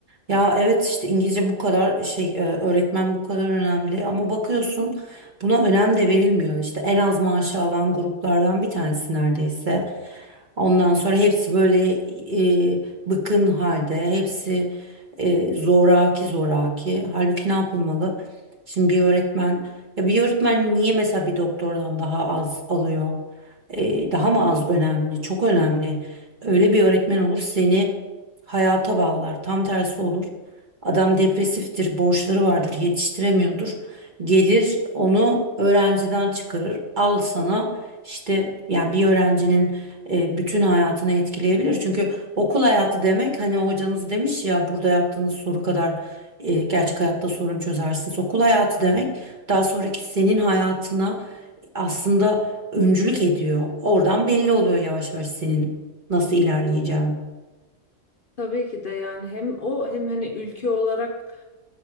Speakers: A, on the right (about 40°); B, on the left (about 50°).
A: Ya evet işte İngilizce bu kadar şey e, öğretmen bu kadar önemli ama bakıyorsun buna önem de verilmiyor işte en az maaşı alan gruplardan bir tanesi neredeyse. Ondan sonra hepsi böyle e, bıkın halde hepsi e, zoraki zoraki halbuki ne yapılmalı? Şimdi bir öğretmen ya bir öğretmen niye mesela bir doktordan daha az alıyor? E, daha mı az önemli? Çok önemli. Öyle bir öğretmen olur seni hayata bağlar. Tam tersi olur. Adam depresiftir, borçları vardır, yetiştiremiyordur. Gelir onu öğrenciden çıkarır. Al sana işte yani bir öğrencinin e, bütün hayatını etkileyebilir. Çünkü okul hayatı demek hani hocanız demiş ya burada yaptığınız soru kadar e, gerçek hayatta sorun çözersiniz. Okul hayatı demek daha sonraki senin hayatına aslında öncülük ediyor. Oradan belli oluyor yavaş yavaş senin nasıl ilerleyeceğin.
B: Tabii ki de yani hem o hem hani ülke olarak